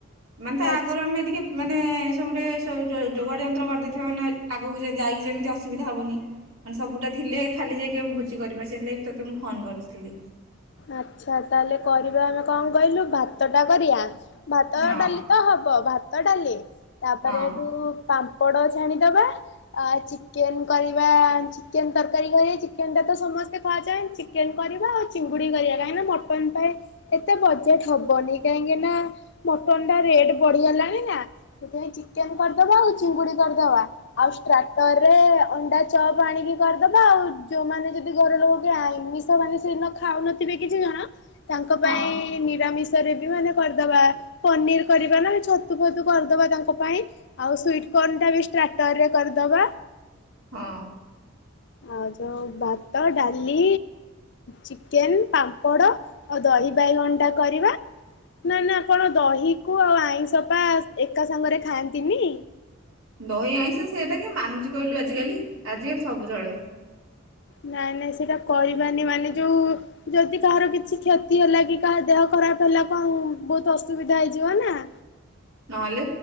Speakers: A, on the right (about 85°); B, on the left (about 55°).
A: ମାନେ ତ
B: ଆଚ୍ଛା
A: ଆଗରୁ ଆମେ ଟିକେ ମାନେ ସବୁ ଟେ ଯୋ ଯୋଗାଡି ଯନ୍ତ୍ର କରିଦେଇଥିବା ମାନେ ଆଗକୁ ଯାଇକି ଯେମିତି ଅସୁବିଧା ହବନି ମାନେ ସବୁଟା ଥିଲେ। ଖାଲି ଯାଇକି ମ ଭୋଜି କରିପାର ସେଥିଲା ବି ତୋତେ ମୁଁ ଫୋନ୍ କରିଥିଲି।
B: ଆଚ୍ଛା ତାହେଲେ କରିବା ଆମେ କଣ କହିଲୁ ଭାତ ଟା କରିବା। ଭାତ
A: ହଁ
B: ଡାଲି ତ ହବ ଭାତ। ଭାତ ଡାଲି। ତାପରେ
A: ହଁ
B: ଯୋଉ ପାମ୍ପ ପାମ୍ପଡ ଛାଣିଦବା ଆ ଚିକେନ କରିବା ଚିକେନ ତରକାରୀ କରିବା ଚିକେନ ଟା ତ ସମସ୍ତେ ଖାଆ <unintelligible> ଚିକେନ କରିବା ଆଉ ଚିଙ୍ଗୁଡି କରିବା। କାହିଁକି ନା ମଟନ ପାଇଁ ଏତେ ବଜେଟ ହବନି କାହିଁକି ନା ମଟନ ଟା ରେଟ ବଢିଗଲାଣି ନା ସେଥିପାଇଁ ଚିକେନ କରିଦବା ଆଉ ଚିଙ୍ଗୁଡି କରିଦବା ଆଉ ଷ୍ଟାର୍ଟର ରେ ଅଣ୍ଡା ଚପ୍ ଆଣିକି କରିଦବା ଆଉ ଯୋଉମାନେ ଯଦି ଘର ଲୋକ କି ଆମିଷ ମାନେ ସେଦିନ ଖାଉନ ଥିବେ କିଛି ଜଣ ତାଙ୍କ
A: ହଁ
B: ପାଇଁ ନିରାମିଷ। <unintelligible> ମାନେ କରିଦବା ପନିର କରିବା ନା ଛତୁ ଫତୁ କରିଦବା ତାଙ୍କ ପାଇଁ ଆଉ ସୁଇଟ କର୍ଣ୍ଣଟା ବି ଷ୍ଟାଟରରେ କରିଦବା।
A: ହଁ।
B: ଆଉ ଯଉ ଭାତ ଡାଲି ଚିକେନ। ପାମ୍ପଡ ଆଉ ଦହି ବାଇଗଣଟା କରିବା ନା ନା କଣ ଦହି କୁ ଆଉ ଆଇଁଷପା ଏକା ସାଙ୍ଗରେ ଖାଆନ୍ତିନି।
A: ଦହି ଆଇଁଷ ସେଇଟା କି ମାନୁଚି କଇଲୁ ଆଜି କାଲି ଆଜିିକାଲି ସବୁ ଚଳେ।
B: ନାଇଁ ନାଇଁ ସେଇଟା କରିବାନି ମାନେ ଯୋଉ ଯଦି କାହାର କିଛି କ୍ଷତି ହେଲା କି କାହାର ଦେହ ଖରାପ ହେଲା କଣ ବହୁତ ଅସୁବିଧା ହେଇଯିବ ନା।
A: ନହେଲେ